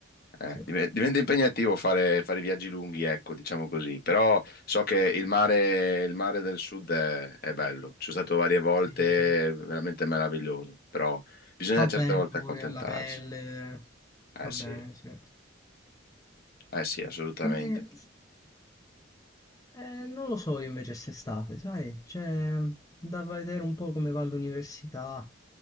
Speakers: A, on the left; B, on the left.
A: Eh,
B: Sì,
A: div- diventa impegnativo fare, fare viaggi lunghi, ecco, diciamo così, però so che il mare, il mare del sud è, è bello, ci sono stato varie volte,
B: sì, sì.
A: è veramente meraviglioso, però bisogna
B: Fa
A: certe
B: bene
A: volte
B: pure
A: accontentarsi.
B: alla pelle,
A: Eh
B: va
A: sì,
B: bene, sì.
A: eh sì, assolutamente.
B: Eh, eh, non lo so io invece quest'estate, sai? Cioè, da vedere un po' come va l'università,